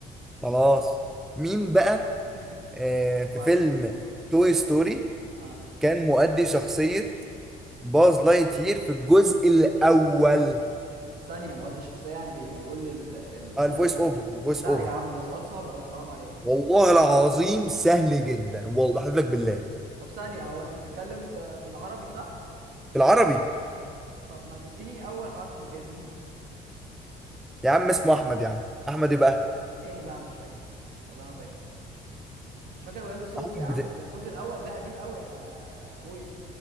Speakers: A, in the centre; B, on the right.
A: خلاص مين بقى
B: <laughs>
A: آه في
B: واحد
A: فيلم
B: صفر ليه
A: توي ستوري
B: اه
A: كان مؤدي شخصية باز لايتير في الجزء الأول
B: ثانيه مؤدي شخصيه يعني بي بيقول ال- الثانيه
A: آه الفويس أوفر الفويس
B: لا
A: أوفر
B: يا عم ده سؤال صعب قوي حرام عليك
A: والله العظيم سهل جدا والله بحلف لك بالله
B: طب ثانيه هو انت بتتكلم في في العربي صح
A: في العربي
B: طب ما تديني اول حرف من اسمه
A: يا عم اسمه أحمد يا عم أحمد إيه بقى؟
B: <laughs> ايه لا مش فاكر والله ما فاكر مش فاكر وياده صوته
A: أحمد
B: يا عم
A: بدير
B: ده الجزء الاول ده قديم قوي يا يا اخويا